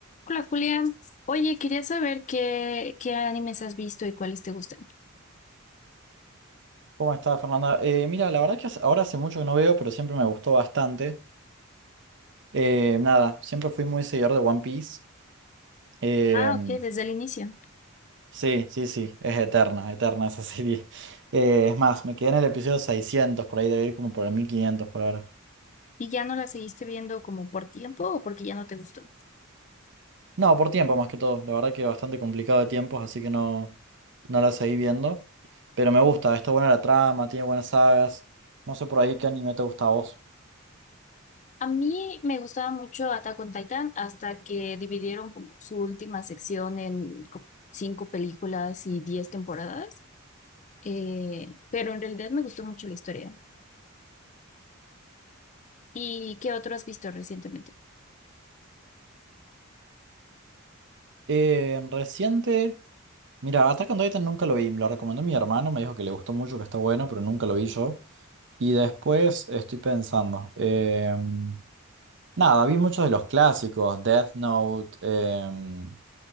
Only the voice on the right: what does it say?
¿Cómo estás, Fernanda? Eh, mira, la verdad que hace- ahora hace mucho que no veo, pero siempre me gustó bastante. Eh, nada, siempre fui muy seguidor de One Piece. Em,
sí, sí, sí, es eterna, eterna esa <laughs> serie. Eh, es más, me quedé en el episodio 600, por ahí debe ir como por el 1500 por ahora.
No, por tiempo más que todo. La verdad que bastante complicado de tiempos, así que no, no la seguí viendo. Pero me gusta, está buena la trama, tiene buenas sagas. No sé por ahí qué anime te gusta a vos.
Eh, reciente. Mira, Attack on Titan nunca lo vi, me lo recomendó mi hermano, me dijo que le gustó mucho, que está bueno, pero nunca lo vi yo. Y después estoy pensando, em, nada, vi muchos de los clásicos, Death Note, em,